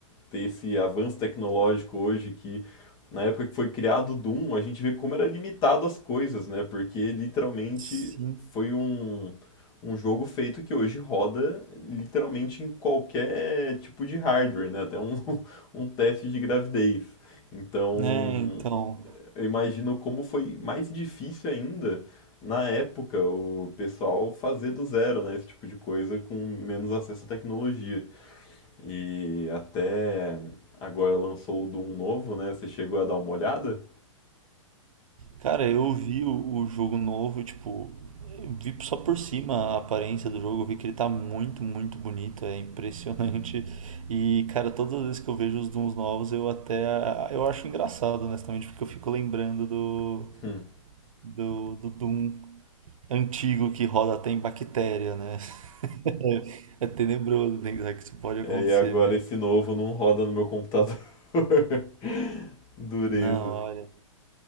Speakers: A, on the left (about 25°); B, on the right (about 85°).
A: ter esse avanço tecnológico hoje que na época que foi criado o Doom, a gente vê como era limitado as coisas, né? Porque literalmente
B: Sim.
A: foi um, um jogo feito que hoje roda literalmente em qualquer tipo de hardware, né? Até um, <laughs> um teste de gravidez. Então,
B: É, então.
A: eu imagino como foi mais difícil ainda na época o pessoal fazer do zero, né, esse tipo de coisa com menos acesso à tecnologia. E até agora lançou o Doom novo, né? Você chegou a dar uma olhada?
B: Cara, eu vi o, o jogo novo, tipo, eu vi só por cima a aparência do jogo, eu vi que ele tá muito, muito bonito, é impressionante. <laughs> E, cara, todas as vezes que eu vejo os Dooms novos, eu até eu acho engraçado, honestamente, porque eu fico lembrando do,
A: Hum.
B: do, do Doom antigo que roda até em bactéria, né? <laughs> É tenebroso pensar que isso pode
A: É,
B: acontecer,
A: e agora
B: mas.
A: esse novo não roda no meu computador. <laughs> Dureza.
B: Não, olha.